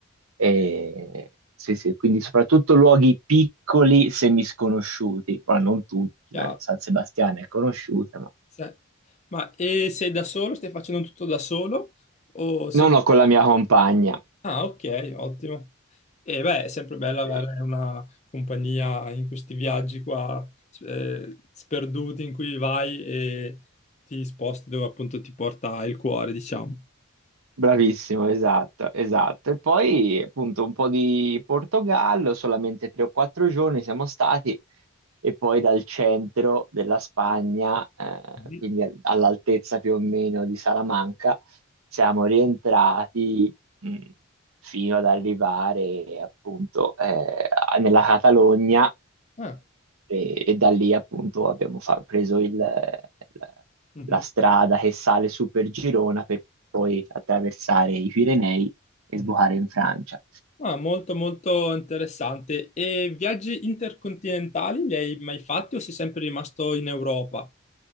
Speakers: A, on the right; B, on the left.
A: E- sì, sì, quindi soprattutto luoghi piccoli, semisconosciuti, ma non tutti.
B: chiaro.
A: eh, San Sebastiano è conosciuta, ma
B: Sì. Ma e sei da solo? Stai facendo tutto da solo? O sei
A: non ho con la mia compagna.
B: Ah, ok, ottimo. E beh, è sempre bello avere
A: Eh,
B: una compagnia in questi viaggi qua, eh, sperduti in cui vai e ti sposti dove appunto ti porta il cuore, diciamo.
A: Bravissimo, esatto, esatto. E poi appunto un po' di Portogallo, solamente tre o quattro giorni siamo stati e poi dal centro della Spagna, eh,
B: Mhm.
A: quindi al- all'altezza più o meno di Salamanca, siamo rientrati mh, fino ad arrivare appunto eh, nella Catalogna
B: Ah,
A: e, e da lì appunto abbiamo fa- preso il- il-
B: mhm,
A: la strada che sale su per Girona per poi attraversare i Pirenei e
B: mhm.
A: sbucare in Francia.
B: Ah, molto molto interessante. E viaggi intercontinentali li hai mai fatti o sei sempre rimasto in Europa?